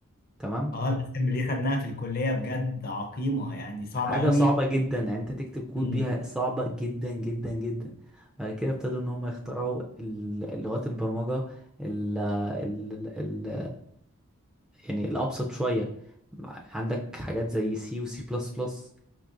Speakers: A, in the centre; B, on the left.
A: تمام
B: اه الاسمبلي خدناها في الكلية بجد عقيمة يعني صعبة
A: حاجة
B: قوي
A: صعبة جدا يعني انت تكتب كود
B: مم.
A: بيها صعبة جدا جدا جدا بعد كده ابتدوا ان هم يخترعوا ال- لغات البرمجة ال ال ال يعني الابسط شوية عندك حاجات زي سي وسي بلس بلس